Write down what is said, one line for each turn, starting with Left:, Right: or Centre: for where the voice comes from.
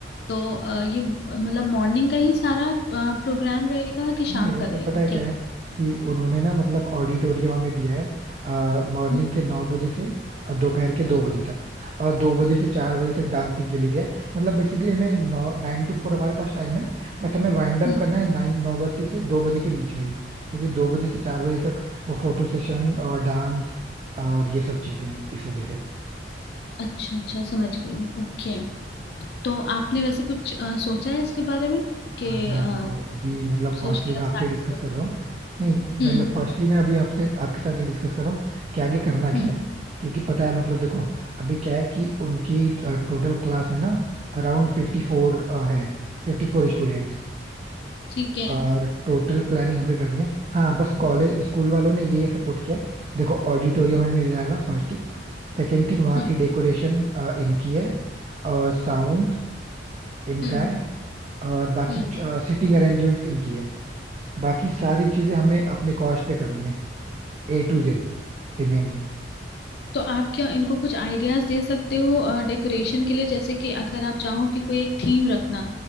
Left: तो अ, ये मतलब मॉर्निंग का ही सारा प्रोग्राम रहेगा कि शाम
Right: नहीं वैसे
Left: का रहेगा
Right: पता है क्या
Left: क्या
Right: है कि उन्होंने ना मतलब ऑडिटोरियम हमें दिया है मॉर्निंग
Left: हम्म,
Right: के नौ बजे से अ, दोपहर के दो बजे तक और दो बजे से चार बजे तक डांसिंग के लिए दिया है मतलब बेसिकली हमें नौ नाइन टू फोर हमारे पास टाइम है बट हमें वाइंड अप
Left: हम्म,
Right: करना है नाइन नौ बजे से दो बजे के बीच में ही क्योंकि दो बजे से चार बजे तक वो फोटो सेशन और डांस और ये सब चीजें हैं इस वजह से
Left: अच्छा अच्छा समझ गई ओके तो आपने वैसे कुछ अ, सोचा है इसके बारे में
Right: हाँ
Left: कि
Right: यार
Left: अ,
Right: देखो अभी मतलब
Left: सोचने
Right: फर्स्टली मैं
Left: का स्टार्ट
Right: आपसे डिस्कस
Left: करें
Right: कर रहा हूँ नहीं नहीं मतलब
Left: हम्म
Right: फर्स्टली मैं अभी आपसे आपके साथ डिस्कस कर रहा हूँ कि आगे करना क्या
Left: हम्म
Right: है क्योंकि पता है मतलब देखो अभी क्या है कि उनकी टोटल क्लास में ना अराउंड फिफ्टी फोर है Fifty four students
Left: ठीक है
Right: और टोटल प्लानिंग हमें करनी है हाँ बस कॉलेज स्कूल वालों ने ये सपोर्ट किया है देखो ऑडिटोरियम हमें मिल जाएगा फर्स्ट थिंग सेकेंड थिंग वहाँ
Left: हम्म
Right: की डेकोरेशन इनकी है और साउंड इनका
Left: हम्म
Right: है और बाकी
Left: हम्म
Right: सिटिंग अरेंजमेंट्स इनकी है बाकी सारी चीजें हमें अपने कॉस्ट पे करनी है ए टू जेड रिमेनिंग
Left: तो आप क्या इनको कुछ आइडियाज दे सकते हो डेकोरेशन के लिए जैसे कि अगर आप चाहो कि कोई एक थीम रखना